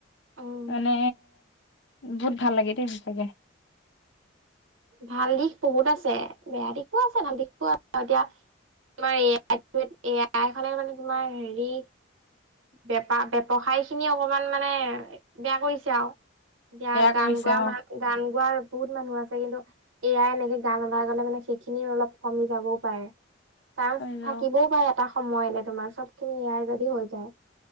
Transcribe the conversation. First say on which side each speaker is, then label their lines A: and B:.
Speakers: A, on the right; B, on the left.
A: উম
B: মানে বহুত ভাল লাগে দেই সঁচাকে
A: ভাল দিশ বহুত আছে বেয়া দিশো আছে ভাল দিশ এতিয়া তোমাৰ এয়াই এয়াই খনে মানে তোমাৰ হেৰি বেপা ব্যৱসায় খিনি অকমান মানে বেয়া কৰিছে আৰু এতিয়া
B: বেয়া
A: গান
B: কৰিছে
A: গোৱা
B: অ
A: মান গান গোৱাৰ বহুত মানুহ আছে কিন্তু এয়াই এনেকে গান ওলাই গলে মানে সেইখিনি অলপ কমি যাবও পাৰে চানস
B: নিজেও
A: থাকিবও পাৰে এটা সময়লে তোমাৰ চব খিনি ইয়াই যদি হৈ যায়